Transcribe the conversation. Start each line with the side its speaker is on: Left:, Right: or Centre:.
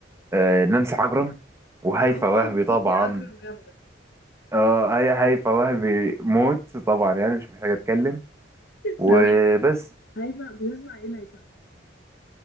Right: آه، نانسي عجرم وهيفاء
Left: اه
Right: وهبي
Left: نانسي
Right: طبعا
Left: عجرم جامدة
Right: اه هي- هيفاء وهبي موت طبعا يعني مش محتاج اتكلم
Left: <laughs>
Right: وبس
Left: ثواني هيفا بتسمع ايه لهيفاء وهبي؟